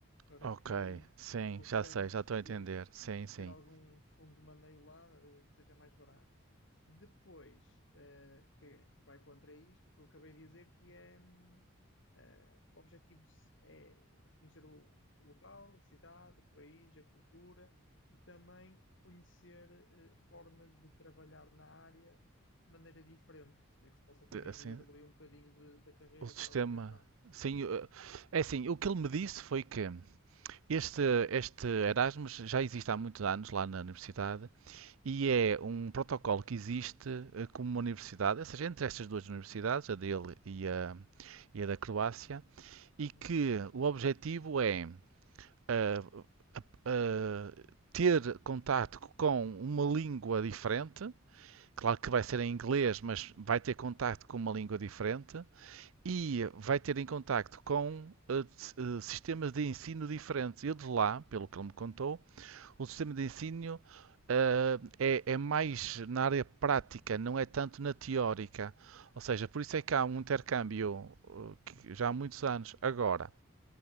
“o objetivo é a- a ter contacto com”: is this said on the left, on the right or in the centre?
Right